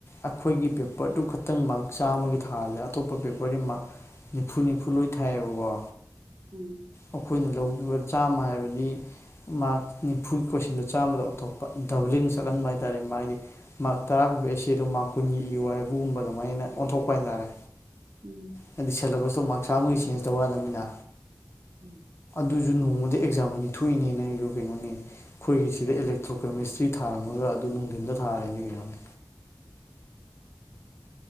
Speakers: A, on the left (about 35°); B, on the right (about 45°).
A: ꯑꯩꯈꯣꯏꯒꯤ ꯄꯦꯄ꯭ꯔꯗꯨ ꯈꯛꯇꯪ ꯃꯥ꯭ꯔꯛ ꯆꯥꯝꯃꯒꯤ ꯊꯥꯁꯦ ꯑꯇꯣꯞꯄ ꯄꯦꯄ꯭ꯔꯗꯤ ꯃꯥ꯭ꯔꯛ ꯅꯤꯐꯨ ꯅꯤꯐꯨ ꯂꯣꯏ ꯊꯥꯏꯌꯦꯕꯀꯣ
B: ꯎꯝ
A: ꯑꯩꯈꯣꯏꯅ ꯂꯧꯈꯤꯕ ꯆꯥꯝꯃ ꯍꯥꯏꯕꯗꯤ ꯃꯥ꯭ꯔꯛ ꯅꯤꯐꯨꯒꯤ ꯀꯣꯏꯁꯟꯗꯣ ꯆꯥꯝꯃꯗ ꯑꯣꯟꯊꯣꯛꯄ ꯗꯕ꯭ꯂꯤꯡ ꯆꯠꯍꯟꯕ ꯍꯥꯏꯇꯥꯔꯦ ꯃꯥꯗꯤ ꯃꯥ꯭ꫪꯛ ꯇꯔꯥ ꯄꯤꯕ ꯑꯦꯁꯦꯗꯣ ꯃꯥ꯭ꯔꯛ ꯀꯨꯟꯒꯤ ꯏꯌꯨ ꯍꯥꯏꯕꯒꯨꯝꯕ ꯑꯗꯨꯃꯥꯏꯅ ꯑꯣꯟꯊꯣꯛꯄ ꯍꯥꯏꯇꯥꯔꯦ
B: ꯎꯝ
A: ꯍꯥꯏꯗꯤ ꯁꯦꯂꯦꯕꯁꯇꯣ ꯃꯥ꯭ꯔꯛ ꯆꯥꯝꯃꯒꯤ ꯆꯦꯟꯖ ꯇꯧ ꯌꯥꯗꯝ ꯅꯤꯅ
B: ꯎꯝ
A: ꯑꯗꯨꯁꯨ ꯅꯣꯡꯃꯗ ꯑꯦꯛꯖꯥꯝ ꯑꯅꯤ ꯊꯣꯛꯏꯅꯦ ꯅ ꯑꯩꯁꯨ ꯀꯩꯅꯣꯅꯦ ꯑꯩꯈꯣꯏꯒꯤ ꯁꯤꯗ ꯑꯦꯂ ꯇ꯭ꯔꯣꯀꯦꯃꯤꯁꯇ꯭ꯔꯤ ꯊꯥꯔꯝꯃꯒ ꯑꯗꯨ ꯅꯨꯡꯊꯤꯟꯗ ꯊꯥꯔꯦꯅꯦ ꯀꯩꯅꯣ